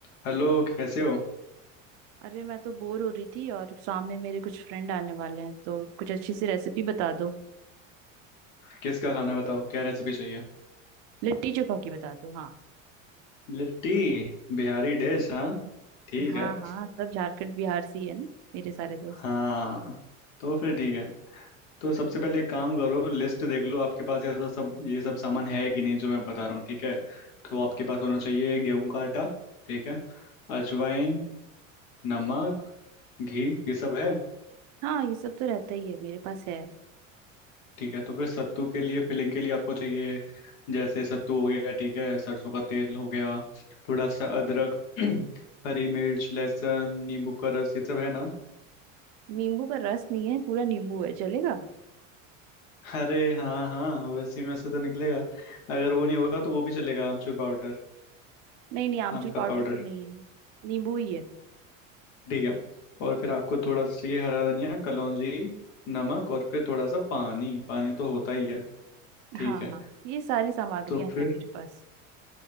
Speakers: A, on the left (about 80°); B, on the right (about 60°).
A: Hello कैसे हो
B: अरे मैं तो बोर हो रही थी और सामने मेरे कुछ फ्रेंड आने वाले हैं तो कुछ अच्छी सी रेसिपी बता दो
A: किसका खाना है बताओ क्या रेसिपी चाहिए
B: लिट्टी चोखा की बता दो हाँ
A: लिट्टी बिहारी डिश हाँ ठीक
B: हाँ
A: है
B: हाँ सब झारखंड बिहार से ही है ना मेरे सारे
A: <laughs>
B: दोस्त
A: हाँ तो फिर ठीक है तो सबसे पहले एक काम करो लिस्ट देख लो आपके पास ये सब सब- ये सब सामान है कि नहीं जो मैं बता रहा हूँ ठीक है तो आपके पास होना चाहिए गेहूं का आटा ठीक है अजवाइन नमक घी ये सब है
B: हाँ ये सब तो रहता ही है मेरे पास है
A: ठीक है तो फिर सत्तू के लिए फिलिंग के लिए आपको चाहिए जैसे सत्तू हो गया ठीक है सरसों का तेल हो गया थोड़ा सा अदरक <clears throat> हरी मिर्च लहसुन नींबू का रस ये सब है ना
B: नींबू का रस नहीं है पूरा नींबू है चलेगा
A: अरे हाँ हाँ वैसे में से तो निकलेगा अगर वो नहीं होगा तो वो भी चलेगा आमचूर पाउडर
B: नहीं नहीं आमचूर
A: आम का
B: पाउडर
A: पाउडर
B: तो नहीं है नींबू ही है
A: ठीक है और फिर आपको थोड़ा सा चाहिए हरा धनिया कलौंजी नमक और फिर थोड़ा सा पानी पानी तो होता ही है ठीक
B: हाँ
A: है
B: हाँ ये सारी सामग्रियां
A: तो फिर
B: हैं मेरे पास